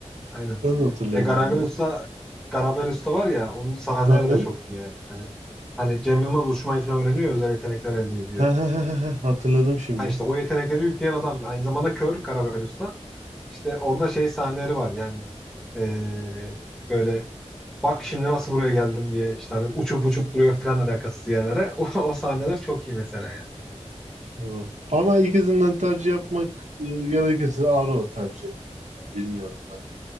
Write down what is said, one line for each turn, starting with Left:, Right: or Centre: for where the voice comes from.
Centre: Aynen.
Right: Ben de hatırlayamadım
Centre: Ya Garabel
Right: ya.
Centre: Usta, Garabel Usta var ya onun sahneleri
Right: Aynen.
Centre: de çok iyi yani. Hani, hani Cem Yılmaz uçmayı falan öğreniyor özel yetenekler elde ediyor.
Right: Ha, ha, ha, ha, ha, Hatırladım şimdi.
Centre: Ha işte o yetenekleri yükleyen adam aynı zamanda kör Garabel Usta. İşte orada şey sahneleri var yani eee, böyle bak şimdi nasıl buraya geldim diye işte hani uçup uçup duruyor falan alakasız yerlere. <laughs> O, o sahneler çok iyi mesela yani.
Right: Oh. Ama ikisinden tercih yapmak e, gerekirse Arrow tercih ederim. Bilmiyorum ben.